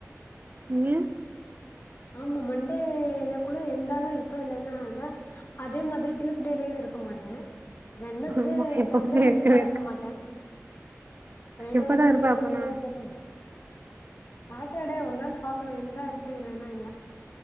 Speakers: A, on the right (about 40°); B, on the left (about 45°).
A: நீங்க
B: ஆமா மண்டேல கூட இருந்தாலு இருப்ப இல்லன்னா என்ன அதே மாதிரி டியூத்டேலையும் இருப் க்க மாட்ட வெனத்டே
A: ஆமா எப்பவுமே
B: தேத்டே கண்டிப்பா
A: இருக்கவே
B: இருக்க மாட்ட ஃபரைடேலாம்
A: எப்பதா இருப்ப
B: இருப்பேனோ
A: அப்பனா
B: இல்லையா தெரியாது சாட்டர்டே ஒரு நாள் பாக்கணும் எந்தா இருப்ப இல்லனா இல்ல